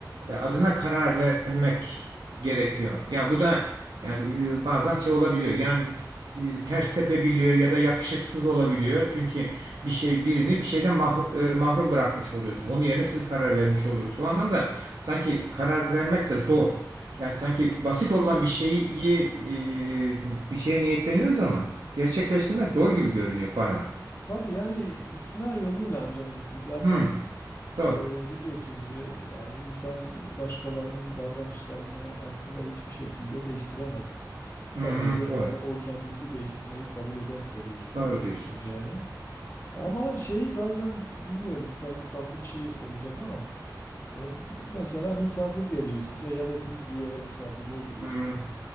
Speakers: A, on the right; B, on the left.
A: e, adına karar vermek gerekiyor. Ya bu da yani e, bazen şey olabiliyor. Yani e, ters tepebiliyor ya da yakışıksız olabiliyor. Çünkü bir şey birini bir şeyden mah- e, mahrum bırakmış oluyorsun. Onun yerine siz karar vermiş oluyorsunuz. O anlamda sanki karar vermek de zor. Yani sanki basit olan bir şeyi e, bir şeye niyetleniyoruz ama gerçekleştirmek zor gibi görünüyor bana.
B: Tabii yani ikna yoluyla anca mümkün. Zaten
A: Hmm, doğru.
B: e, biliyorsunuz ya- yani insan başkalarının davranışlarını aslında hiçbir şekilde değiştiremez. Sadece
A: Hmm, doğru.
B: yani o kendisi değiştirmeyi kabul ederse değişti,
A: Doğru diyorsunuz.
B: değişir yani. Ama şeyi bazen bilmiyorum belki farklı bir şey olacak ama e, mesela misafir geliyor size ya da siz bir yere misafirliğe gidiyorsunuz.
A: Hmm,